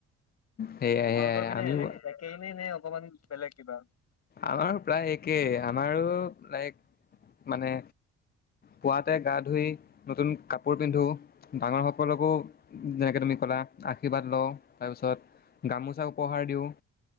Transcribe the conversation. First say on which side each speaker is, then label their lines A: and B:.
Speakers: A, on the left; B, on the left.
A: সেয়াই
B: তোমালোকৰ
A: সেয়াই
B: পিনে
A: আমিও
B: একেইনেই নে অকমান বেলেগ কিবা
A: আমাৰো প্ৰায় একেই আমাৰো লাইক মানে পুৱাতে গা ধুই নতুন কাপোৰ পিন্ধো ডাঙৰ সকলকো যেনেকে তুমি ক'লা আশীৰ্বাদ লওঁ তাৰপিছত গামোচাক উপহাৰ দিওঁ